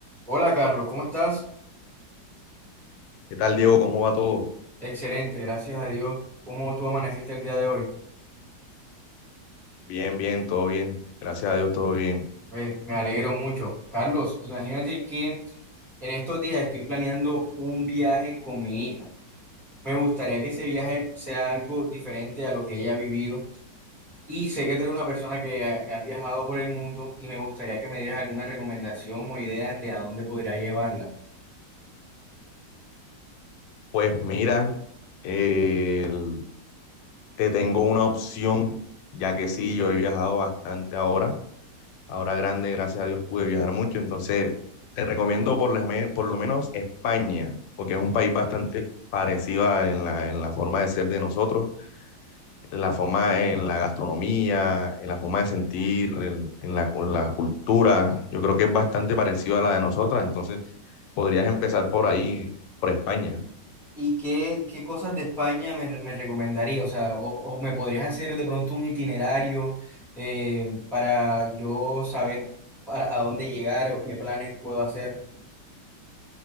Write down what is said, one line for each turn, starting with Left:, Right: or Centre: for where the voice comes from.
Centre: Hola Carlos, ¿cómo estás?
Left: ¿Qué tal, Diego? ¿Cómo va todo?
Centre: Excelente, gracias a Dios. ¿Cómo tú amaneciste el día de hoy?
Left: Bien, bien, todo bien. Gracias a Dios, todo bien.
Centre: Oye, me alegro mucho. Carlos, imagínate que en estos días estoy planeando un viaje con mi hija. Me gustaría que ese viaje sea algo diferente a lo que ella ha vivido. Y sé que tú eres una persona que ha, ha viajado por el mundo y me gustaría que me dieras alguna recomendación o ideas de a dónde podría llevarla.
Left: Pues mira, eh, el- te tengo una opción, ya que sí, yo he viajado bastante ahora. Ahora grande, gracias a Dios, pude viajar mucho. Entonces, te recomiendo por lo, me- por lo menos España, porque es un país bastante parecido a- en la, en la forma de ser de nosotros. la forma en la gastronomía, en la forma de sentir, el- en la, cu- la cultura. Yo creo que es bastante parecido a la de nosotras, entonces podrías empezar por ahí, por España.
Centre: ¿Y qué, qué cosas de España me, re- me recomendaría? O sea, o, o me podrías hacer de pronto un itinerario eh, para yo saber para, a dónde llegar o qué planes puedo hacer.